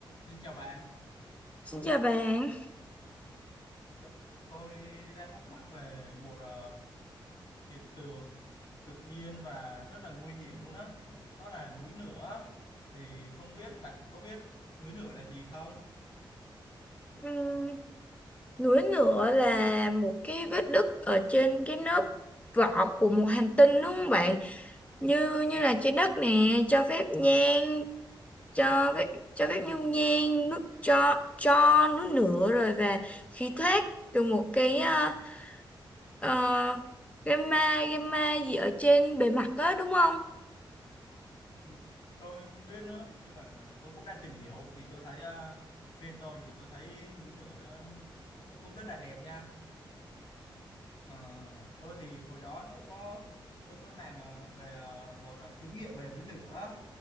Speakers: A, on the left; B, on the left.
A: Xin chào bạn.
B: Xin chào bạn.
A: T- Tôi đang thắc mắc về một ờ, hiện tượng tự nhiên và rất là nguy hiểm luôn á. Đó. Đó là núi lửa. Thì không biết bạn có biết núi lửa là gì không?
B: Ừm, núi lửa là một cái vết nứt ở trên cái lớp vỏ của một hành tinh đúng không bạn? Như như là trái đất nè, cho phép nhang, cho phép cho phép nhung nhang, nước cho cho núi lửa rồi và khí thoát từ một cái ờ, ờ, gamma gamma gì ở trên bề mặt đó đúng không?
A: Ừ, Tôi không biết nữa, nhưng mà tôi cũng đang tìm hiểu thì tôi thấy ờ, riêng tôi thì tôi thấy núi lửa nó, nó cũng rất là đẹp nha. Ờ, tôi thì hồi đó tôi có tôi có làm ờ, về ờ, một ờ, thí nghiệm về núi lửa